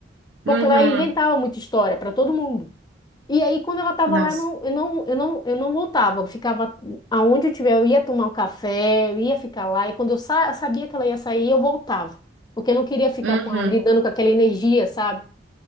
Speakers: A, on the right (about 70°); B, on the left (about 20°).
A: Uhum.
B: Porque ela inventava muita história pra todo mundo. E aí quando ela tava
A: Nossa.
B: lá, não, eu não, eu não, eu não voltava. Eu ficava aonde eu tiver, eu ia tomar um café, eu ia ficar lá. E quando eu sa- sabia que ela ia sair, eu voltava, porque eu não queria ficar
A: Uhum.
B: com, lidando com aquela energia, sabe?